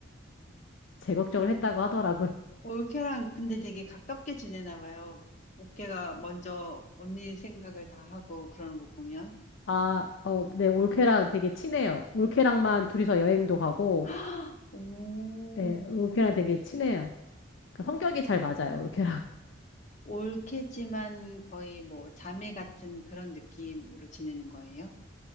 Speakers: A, on the left (about 65°); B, on the left (about 35°).
A: 제 걱정을 했다고 하더라고요.
B: 올케랑 근데 되게 가깝게 지내나 봐요. 올케가 먼저 언니 생각을 다 하고 그러는 거 보면.
A: 아, 어, 네, 올케랑 되게 친해요. 올케랑만 둘이서 여행도 가고,
B: <gasps> 오,
A: 네, 올케랑 되게 친해요. 그러니까 성격이 잘 맞아요, 올케랑.
B: 올케지만 거의 뭐 자매 같은 그런 느낌으로 지내는 거예요?